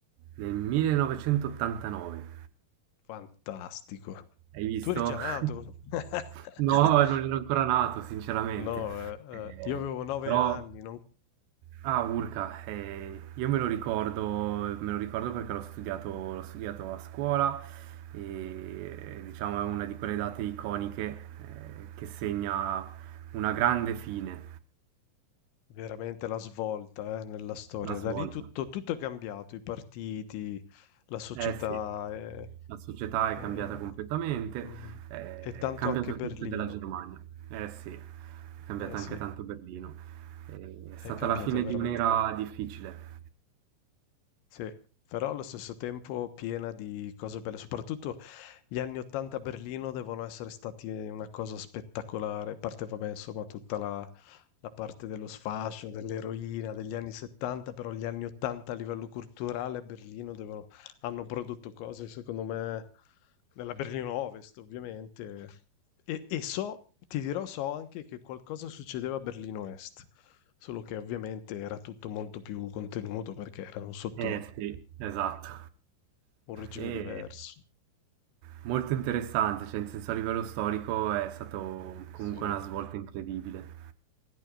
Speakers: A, on the right; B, on the left.
A: Nel 1989,
B: Fantastico.
A: hai visto?
B: Tu eri già nato?
A: <laughs>
B: <laughs>
A: No, non ero ancora nato, sinceramente.
B: No, eh,
A: Eh,
B: eh, io avevo nove
A: però,
B: anni, non...
A: ah, Urca, eh, io me lo ricordo, me lo ricordo perché l'ho studiato, l'ho studiato a scuola e diciamo è una di quelle date iconiche eh, che segna una grande fine,
B: Veramente la svolta, eh, nella storia.
A: la svolta.
B: Da lì tutto, tutto è cambiato, i partiti, la società
A: Eh sì,
B: e,
A: la società
B: e-
A: è cambiata completamente,
B: mm,
A: eh,
B: e tanto
A: è cambiato
B: anche Berlino.
A: tutto della Germania. Eh sì, è cambiata
B: Eh sì,
A: anche tanto Berlino. Eh, È
B: è
A: stata
B: cambiato
A: la fine
B: veramente.
A: di un'era difficile.
B: Sì, però allo stesso tempo piena di cose belle, soprattutto gli anni 80 a Berlino devono essere stati una cosa spettacolare, a parte vabbè, insomma, tutta la, la parte dello sfascio, dell'eroina degli anni 70, però gli anni 80 a livello culturale a Berlino devono- hanno prodotto cose, secondo me, nella Berlino Ovest, ovviamente. E, e so, ti dirò, so anche che qualcosa succedeva a Berlino Est solo che ovviamente era tutto molto più contenuto perché erano sotto
A: Eh sì, esatto.
B: un regime
A: E
B: diverso.
A: molto interessante, cioè in senso a livello storico è stato comunque
B: Sì.
A: una svolta incredibile.